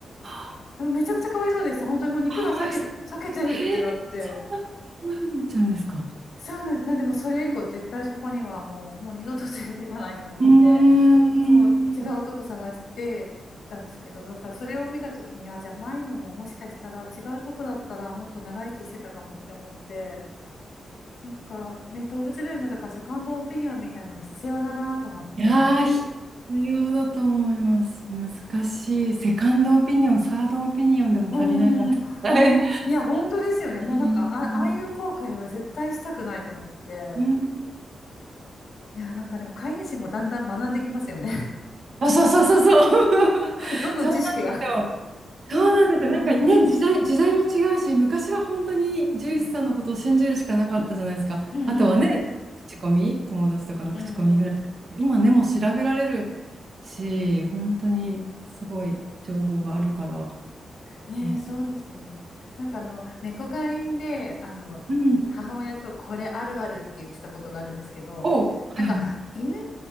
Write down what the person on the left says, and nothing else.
でもめちゃくちゃかわいそうでした。本当にもう肉が裂け、
裂けてるってなって。
そうなんです。なんでもそれ以降絶対そこにはもう、もう二度と連れていかないと思って。
そう、違うとこ探して行ったんですけど、だからそれを見たときに、あ、じゃあ前のももしかしたら違うとこだったらもっと長生きしてたかもって思って、なんかね、動物病院もだからセカンドオピニオンみたいなの必要だなと思って。
うんうんうん。ほん、いや、本当ですよね。もうなんか、
あ、ああいう後悔は絶対したくないと思って。
いや、なんかでも飼い主もだんだん学んできますよね。
<laughs> どんどん知識が。
うん、
うんうんうん。
うんうんうん
ねえ、
そうですね。なんかあの、猫飼いで、あの、
母親とこれあるあるって言ってたことがあるんですけど、
なんか犬、